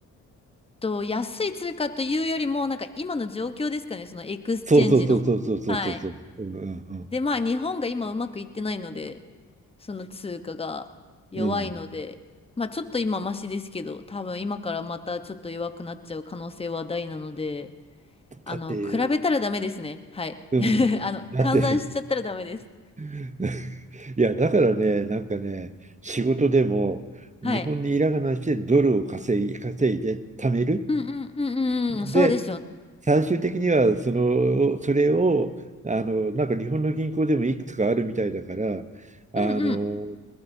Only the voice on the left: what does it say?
と、安い通貨というよりも、なんか今の状況ですかね、そのエクスチェンジの。
はい。
で、まあ日本が今うまくいってないので、その通貨が弱いので、
まあちょっと今マシですけど、多分今からまたちょっと弱くなっちゃう可能性は大なので、あの、
比べたらダメですね。はい。
<laughs> あの、
換算しちゃったらダメです。
はい。
うんうんう
んうん、そうですよね。
うんうん。